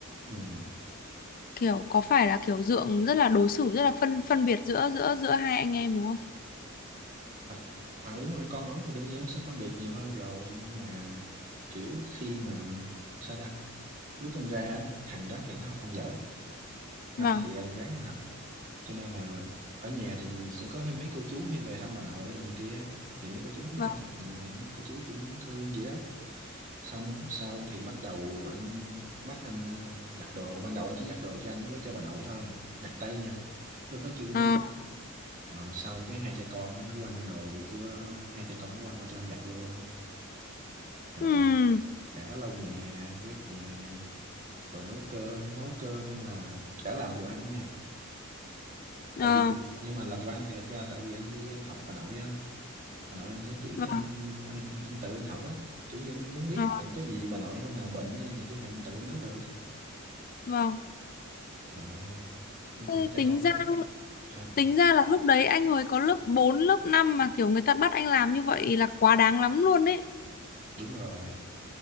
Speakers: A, on the right; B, on the left.
A: ừ
B: kiểu có phải là kiểu dượng rất là đối xử rất là phân phân biệt giữa giữa giữa hai anh em đúng không
A: thật ờ đúng rồi con ống thì đương nhiên ống sẽ phân biệt nhiều hơn rồi nhưng mà kiểu khi mà sao ta lúc anh ra á, thằng đó thì nó học không giỏi anh
B: vâng
A: thì em ráng anh học cho nên là ở nhà thì sẽ có hay mấy cô chú hay về thăm bà nội đồ này kia thì mấy cô chú thấy
B: vâng
A: anh học nhiều thì mấy cô chú cũng thương vậy đó sau khúc sau thì bắt đầu anh bắt anh ờ, giặt đồ ban đầu anh chỉ giặt đồ cho anh với cho bà nội thôi giặt tay nha lúc đó chưa mới
B: ờ
A: giặt Ờ, sau cái hai cha con nó mới quăng đồ của hai cha con nó quăng qua cho anh giặt luôn rồi
B: ừm,
A: cả lau nhà quét nhà rồi nấu cơm nấu cơm là cả làm đồ ăn nha tại
B: ờ
A: vì lúc nhưng mà làm đoan thì thật ra tại vì anh đi anh học bà nội anh bà nội anh sẽ chỉ
B: vâng
A: cho anh anh anh tự anh học á kiểu như anh muốn biết
B: ờ,
A: rằng có gì bà nội hôm nào bệnh hay là gì kia thì anh tự nấu được
B: vâng
A: rồi nhưng
B: Thế
A: mà hai cha
B: tính
A: con
B: ra
A: đó hả
B: Tính ra là lúc đấy anh hồi có lớp 4 lớp 5 mà kiểu người ta bắt anh làm như vậy là quá đáng lắm luôn đấy.
A: đúng rồi